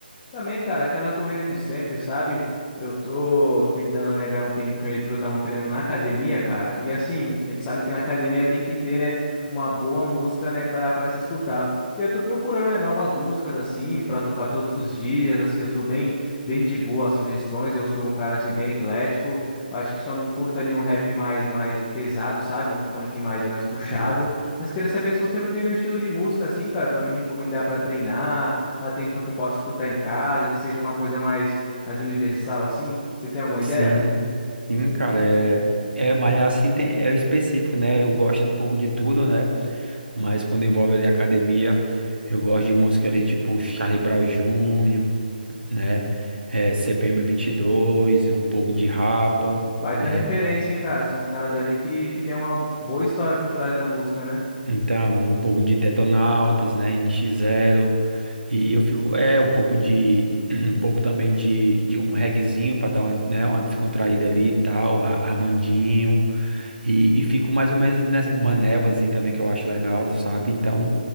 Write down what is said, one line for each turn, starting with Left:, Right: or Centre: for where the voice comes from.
Left: Também, cara, aquela corrida de sempre, sabe? Eu tô tentando, né, ganhar um tempinho ali pra eu dar um treino na academia, cara. E assim, a gente sabe que na academia tem que ter, né, uma boa música, né, pra, pra se escutar. E eu tô procurando, né, novas músicas, assim, pra tocar todos os dias, assim, eu sou bem, bem de boa às sugestões, eu sou um cara, assim, bem eclético. Eu acho que só não curto ali um rap mais, mais pesado, sabe? Um funk mais, mais puxado.
Right: Sim.
Left: Mas queria saber se você não tem nenhum estilo de música, assim, cara, pra me recomendar pra treinar mas tem então que eu possa escutar em casa, que seja uma coisa mais, mais universal assim? Você tem alguma ideia?
Right: Sim, sim, cara. É, é malhar assim tem, é específico, né? Eu gosto um pouco de tudo, né? Mas quando envolve ali academia, eu gosto de música ali tipo Charlie Brown Jr., né? É, C P M vinte e dois, um pouco de Rapa,
Left: Baita
Right: né?
Left: referência, hein, cara? São os caras ali que, que tem uma boa história por trás da música, né?
Right: Então, um pouco de Detonautas, né, nx zero e eu fico, é, um pouco de, <clears throat> um pouco também de, de um reguezinho para dar uma, né, uma descontraída ali e tal, a- Armandinho, e, e fico mais ou menos nessa, uma névoazinha também que eu acho legal, sabe? Então,